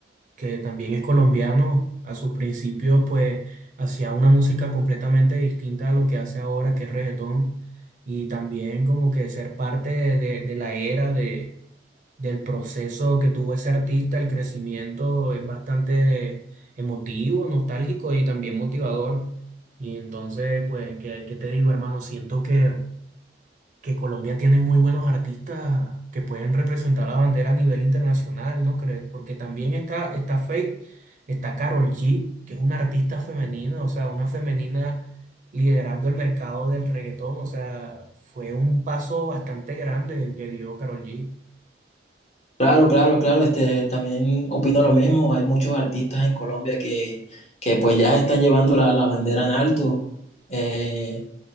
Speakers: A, on the right; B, on the left.
A: que también es colombiano. A sus principios, pues, hacía una música completamente distinta a lo que hace ahora, que es reggaetón. Y también como que ser parte de, de- de la era del proceso que tuvo ese artista, el crecimiento es bastante emotivo, nostálgico y también motivador. Y entonces, pues, ¿qué, qué te digo, hermano? Siento que, que Colombia tiene muy buenos artistas que pueden representar la bandera a nivel internacional, ¿no crees? Porque también está, está Feid, está Karol G, que es una artista femenina, o sea, una femenina liderando el mercado del reggaetón, o sea, fue un paso bastante grande el que dio Karol G.
B: Claro, claro, claro, este, también opino lo mismo. Hay muchos artistas en Colombia que, que pues ya están llevando la, la bandera en alto. eh,